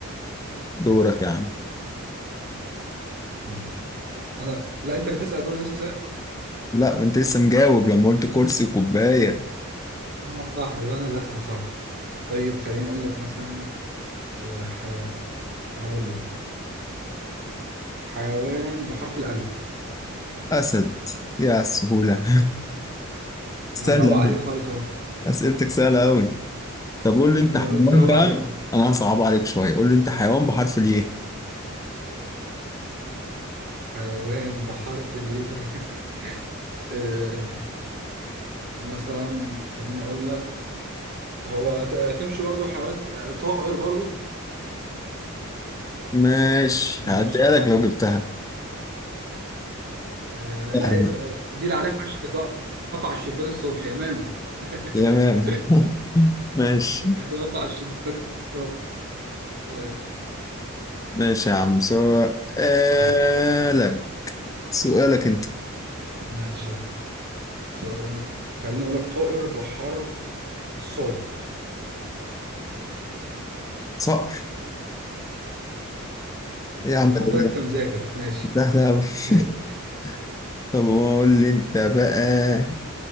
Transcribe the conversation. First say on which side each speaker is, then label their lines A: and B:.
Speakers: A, on the left; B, on the right.
A: دورك يا عم
B: ماشي انا لا انت اللي تسال بقى انا لسه سأل.
A: لا ما أنت لسه مجاوب لما قلت كرسي وكوباية
B: آه، صح يبقى انا اللي اسال صح طيب خليني اقول لك مثلا آه، ح... هقول لك حيوان بحرف الالف
A: أسد يا على السهولة <laughs> سهلة
B: انا مروق عليك
A: أوي
B: خالص
A: أسئلتك سهلة أوي طب قول لي انت
B: أنا
A: حيوان
B: قلت مروق
A: بقى
B: عليكم
A: انا هصعب عليك شويه قول لي انت حيوان بحرف الايه
B: حيوان بحرف الياء <laughs> آه، مثلا خليني اقول لك هو ت- تمشي برضو حيوان آه، طائر برضو
A: ماشي
B: مش
A: هعديها لك لو جبتها
B: آه، لا
A: سهلة.
B: آه، دي اللي عارفها عشان كانت واقفة على الشباك الصبح يا ماما <laughs>
A: يا مام <laughs> ماشي
B: كانت واقفة على الشباك الصبح ماشي
A: ماشي يا عم سؤالك
B: أس-
A: سؤالك انت
B: ماشي السؤال انا خليني اقول لك طائر بحرف الصاد
A: صقر إيه يا
B: انت
A: عم ده
B: خد بالك انت مذاكر ماشي
A: ده ده أوي. <laughs>
B: <laughs>
A: طب قول لي انت بقى